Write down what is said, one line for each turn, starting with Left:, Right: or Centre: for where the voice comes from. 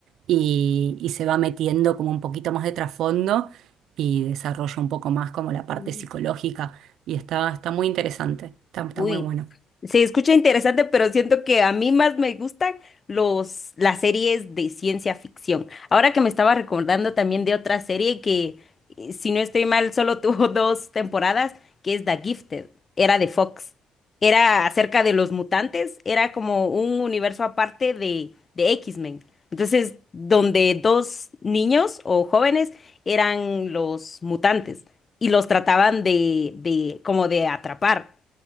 Right: y, y se va metiendo como un poquito más de trasfondo y desarrolla un poco más como la parte
Left: Ujú.
Right: psicológica y está, está muy interesante, está, está
Left: Uy,
Right: muy bueno.
Left: se escucha interesante, pero siento que a mí más me gustan los, las series de ciencia ficción. Ahora que me estaba recordando también de otra serie que, eh, si no estoy mal, solo tuvo <laughs> dos temporadas, que es The Gifted. Era de Fox. Era acerca de los mutantes, era como un universo aparte de, de X-Men. Entonces, donde dos niños o jóvenes eran los mutantes y los trataban de, de como de atrapar